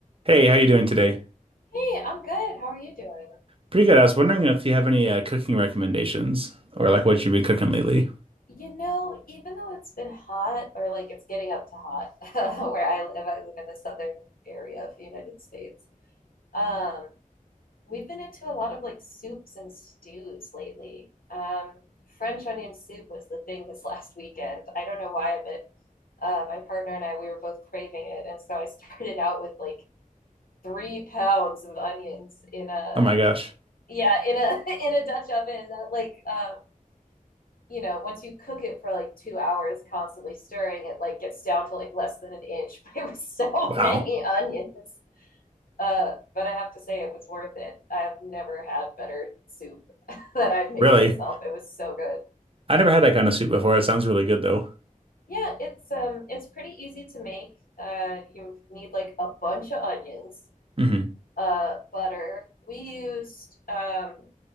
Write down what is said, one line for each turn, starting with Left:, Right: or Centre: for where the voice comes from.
Right: Hey, how you doing today?
Left: Hey, I'm good. How are you doing?
Right: Pretty good. I was wondering if you have any uh, cooking recommendations or like what you've been cooking lately.
Left: You know, even though it's been hot, or like it's getting up to hot <laughs> where I live, I live in the southern area of the United States. Um, we've been into a lot of like soups and stews lately. Um, French onion soup was the thing this <laughs> last weekend. I don't know why, but uh, my partner and I, we were both craving it, and so I <laughs> started out with like three pounds of onions in a
Right: Oh my gosh.
Left: yeah in a <laughs> in a Dutch oven that like um you know, once you cook it for like two hours, constantly stirring, it like gets down to like less than an inch. <laughs> But it was so
Right: Wow.
Left: many onions. Uh, but I have to say it was worth it. I've never had better soup <laughs> that I've made
Right: Really?
Left: myself. It was so good.
Right: I never had that kind of soup before. It sounds really good though.
Left: Yeah, it's um it's pretty easy to make. Uh, you need like a bunch of onions,
Right: hmm
Left: uh, butter. We used um